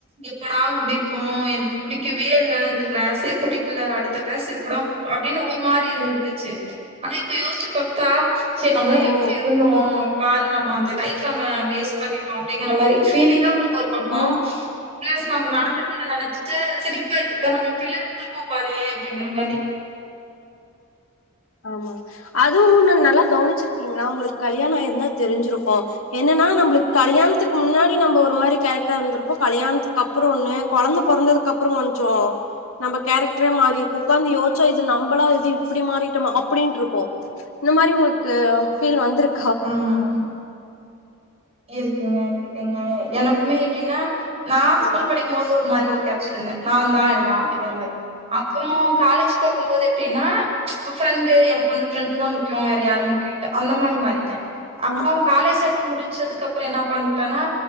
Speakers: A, on the right (about 30°); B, on the left (about 75°).
A: எப்படா முடிப்போ எனக்கு பிடிக்கவே இல்ல இந்த கிளாஸே பிடிக்கல அடுத்த கிளாஸ் எப்படோ அப்டின்னு ஒரு மாரி இருந்துச்சு ஆனா இப்ப யோசிச்சு பாத்தா ச்சே நம்மளா எப்புடி
B: ஓ
A: இருந்தோ பாரு நம்ம அந்த லைப்ப நம்ம வேஸ்ட் பண்ணிட்டோ அப்டிங்கற மாரி ஃபீலிங்காவு இருக்கு ஒரு பக்கோ
B: ம்
A: பிளஸ் நம்ம நடந்துக்கறத நெனச்சிட்டு சிரிப்பா இருக்குப்பார் நம்ம இப்டியெல்லா இருந்துருக்கோ பாரே அப்டிங்கற மாரி
B: ஆமாங் அதுவு ஒன்னு நல்லா கவுனிச்சிருக்கிங்ளா உங்களுக்கு கல்யாணோ ஆயிருந்தா தெரிஞ்சிருக்கோ என்னன்னா நம்பளுக்கு கல்யாணத்துக்கு முன்னாடி நம்ப ஒரு மாரி கேரக்டரா இருந்துருப்போ கல்யாணத்துக்கு அப் அப்புறோ ஒண்ணு கொழந்த பொறந்ததுக்கு அப்றோ கொஞ்சோ நம்ப கேரக்டரே மாரிருக்கு உக்காந்து யோச்சா இது நம்பளா இது இப்டி மாரிருக் ட்டோமா அப்டின்ட்ருக்கு இந்த மாரி உங்களுக்கு ஃபீல் வந்துருக்
A: ம் ம் இருக்குங்க இருக்குங்க எனக்குமே எப்டின்னா நா
B: ஆ
A: ஸ்கூல் படிக்கும்போது ஒ ரு மாரி ஒரு கேச்சல இருந்த நா தா எல்லா அப்டிங்கற மாரி அப்றோ காலேஜ் போகும்போது எப்டின்னா ஃப்ரெண்டு எனக்கு வந்து ஃப்ரெண்டு தா முக்கியோ வேற யாரு முக்கியோ இல்ல அந்த மாரி மாறிட்ட அப்றோ
B: ஆ
A: காலேஜ் செம் முடி ச்சதுக்கு அப்றோ என்ன பண்ட்டனா